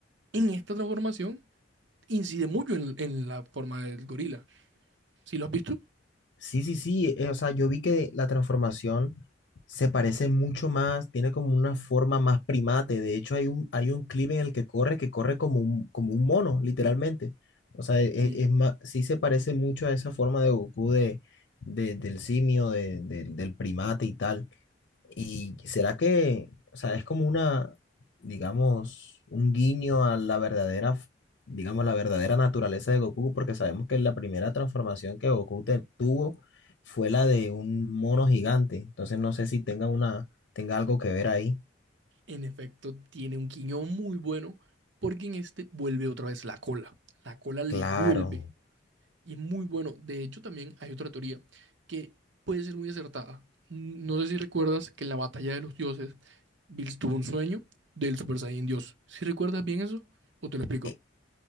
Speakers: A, on the right; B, on the left.
A: en esta transformación incide mucho en, en la forma del gorila. ¿Sí lo has visto?
B: Sí, sí, sí, eh, o sea, yo vi que la transformación se parece mucho más, tiene como una forma más primate. De hecho, hay un, hay un clip en el que corre, que corre como un, como un mono, literalmente. O sea, e- e-
A: Sí,
B: es, más, sí se parece mucho a esa forma de Goku de, de- del simio, de- del del primate y tal. ¿Y será que, o sea, es como una, digamos, un guiño a la verdadera, f- digamos, la verdadera naturaleza de Goku? Porque sabemos que la primera transformación que Goku te- tuvo fue la de un mono gigante. Entonces no sé si tenga una, tenga algo que ver ahí.
A: en efecto, tiene un quiñón muy bueno porque en este vuelve otra vez la cola. La cola le
B: Claro.
A: vuelve y es muy bueno. De hecho, también hay otra teoría que puede ser muy acertada. N- No sé si recuerdas que en la batalla de los dioses, Bills tuvo un sueño del Super Saiyan Dios. ¿Si recuerdas bien eso? ¿O te lo explico?
B: Eh,